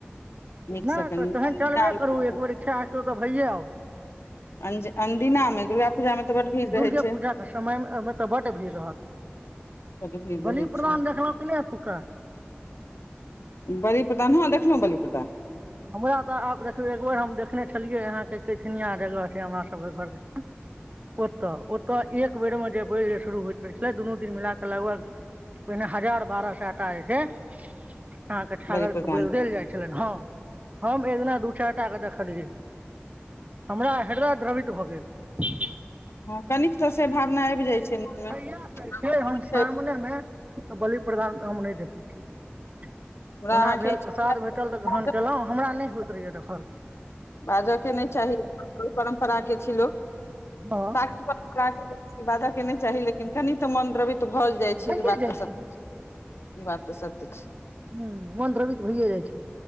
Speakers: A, on the left; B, on the right.
A: नीकसँ
B: नहि
A: कनि
B: तऽ तेहन
A: अनदिना
B: चलबे
A: मे
B: करू एक बेेर इच्छा हौ तऽ भैये आउ
A: अन अनदिना मे दुर्गा पूजा मे तऽ बड भीड़
B: दुर्गे
A: रहै छै
B: पूजाके समय एहिहिमे तऽ बड भीड़ रहत
A: बड भीड़
B: बलि
A: रहै
B: प्रदान
A: छै
B: देखलहुँ कि नहि एतुका
A: बलिप्रदान ह देखलहु बलिप्रदान
B: हमरा तऽ आब देखियौ एकबेर हम देखने छलियै अहाँके कैथिनियाँ जगह छै हमर सभके घर दिश ओतऽ ओतय एक बेरमे जे बैल शुरू होइत रहै छलै दुनू दिन मिला कऽ लगभग पहिने हजार बारह सेता ह छै अहाँके छागर
A: बलि प्रदान
B: के बैल देल जाइ छलनि हँ हम एक दिना दू चारिटा के देखलियै हमरा हैदरा द्रवित भऽ गेल
A: हँ कनिक तऽ से भावना आबि जाइ छै मनमे
B: तहियासँ जे
A: छै
B: हम सामनेमे बलि प्रदान हम नहि देखै छियै
A: ओकरा
B: ओना
A: अहाँके
B: भेल
A: ई चीज
B: प्रसाद भेटल तऽ
A: बाजऽ
B: ग्रहण केलहुँ हमरा नहि होइत रहैयए देखल
A: बाजय के नहि चाही ओहि परम्परा छी लोक
B: हँ
A: शाक्त परम्परे बाज के नहि चाही लेकिन कनि तऽ मोन द्रवित तऽ भऽ जाइ छै
B: भइए
A: ई बात
B: जाइ
A: तऽ
B: छै
A: सभ ई बात सत छै
B: ह मन द्रवित भइए जाइ छै